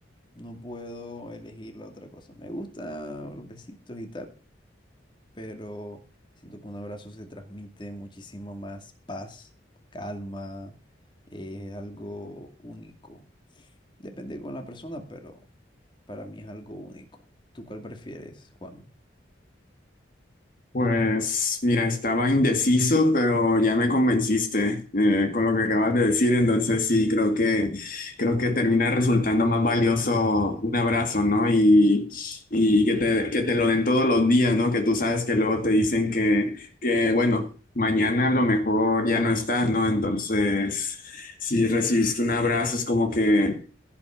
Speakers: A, on the left; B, on the left.
A: no puedo elegir la otra cosa. Me gusta los besitos y tal, pero siento que un abrazo se transmite muchísimo más paz, calma, eh, es algo único. Depende con la persona, pero para mí es algo único. ¿Tú cuál prefieres, Juan?
B: Pues mira, estaba indeciso, pero ya me convenciste eh, con lo que acabas de decir. Entonces sí, creo que creo que termina resultando más valioso un abrazo, ¿no? Y, y que te, que te lo den todos los días, ¿no? Que tú sabes que luego te dicen que, que bueno, mañana a lo mejor ya no estás, ¿no? Entonces, si recibiste un abrazo, es como que